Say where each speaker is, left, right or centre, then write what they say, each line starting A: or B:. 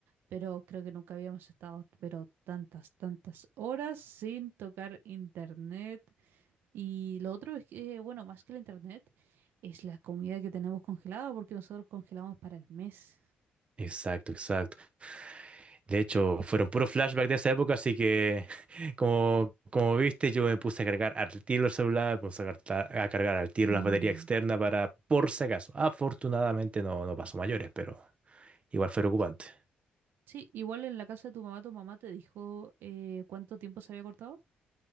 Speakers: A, on the right; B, on the right.
A: pero creo que nunca habíamos estado, pero tantas, tantas horas sin tocar internet. Y lo otro es que, bueno, más que el internet, es la comida que tenemos congelada, porque nosotros congelamos para el mes.
B: Exacto, exacto. De hecho, fueron puros flashbacks de esa época, así que <laughs> como, como viste, yo me puse a cargar al tiro el celular, me puse a cargar, a cargar al tiro
A: Mm.
B: las baterías externas para por si acaso. Afortunadamente no, no pasó mayores, pero igual fue preocupante.
A: Sí, igual en la casa de tu mamá, tu mamá te dijo eh, cuánto tiempo se había cortado.